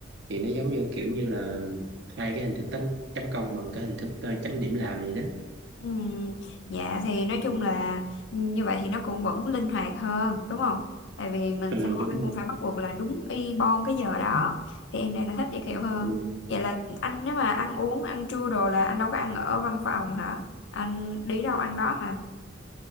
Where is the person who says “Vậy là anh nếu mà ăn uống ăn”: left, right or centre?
Left